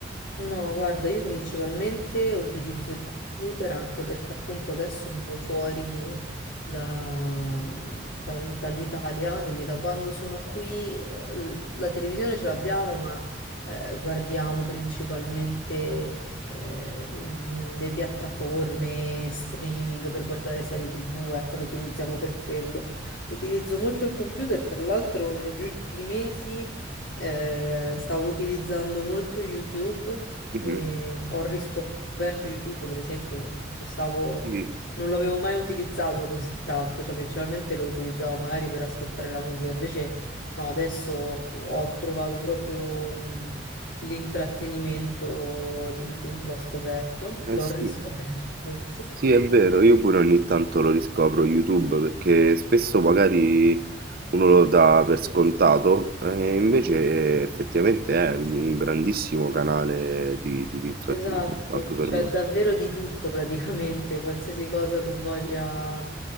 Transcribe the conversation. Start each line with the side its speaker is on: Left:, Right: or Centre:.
Left: No, guarda, io principalmente utilizzo il computer anche perché appunto adesso vivo fuori da- mhmm, dal- dall'Italia, quindi da quando sono qui eh, l- la televisione ce l'abbiamo, ma eh, guardiamo principalmente eh, l- le piattaforme streaming per guardare serie TV, ecco, lo utilizziamo per quello. Utilizzo molto il computer, tra l'altro negli ultimi mesi. Eh, stavo utilizzando molto YouTube
Right: Mhm.
Left: e ho riscoperto YouTube, per esempio, lo stavo,
Right: Sì,
Left: non l'avevo mai utilizzato così tanto, cioè principalmente lo utilizzavo magari per ascoltare la musica, invece no, adesso co- ho trovato proprio mh, l'intrattenimento di YouTube, l'ho scoperto,
Right: eh
Left: l'ho
Right: sì.
Left: riscoperto forse.
Right: Sì, è vero, io pure ogni tanto lo riscopro YouTube perché spesso magari uno lo dà per scontato e invece effettivamente è un grandissimo canale di, di- di intrattenimento
Left: Esatto,
Right: anche per
Left: cioè
Right: me.
Left: davvero di tutto praticamente, qualsiasi cosa tu voglia